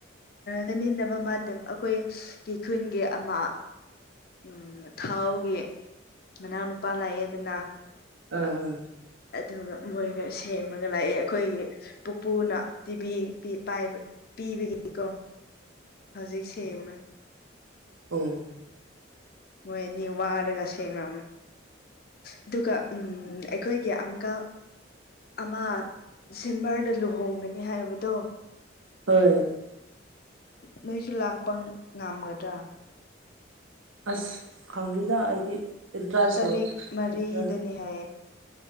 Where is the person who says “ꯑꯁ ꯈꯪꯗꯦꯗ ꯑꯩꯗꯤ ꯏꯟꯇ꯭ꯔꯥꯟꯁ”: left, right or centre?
Right